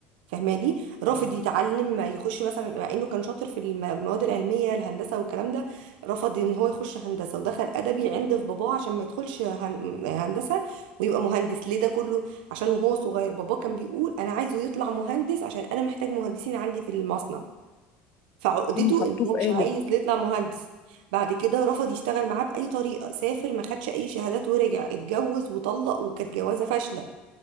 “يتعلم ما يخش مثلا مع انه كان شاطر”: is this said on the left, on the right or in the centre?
Right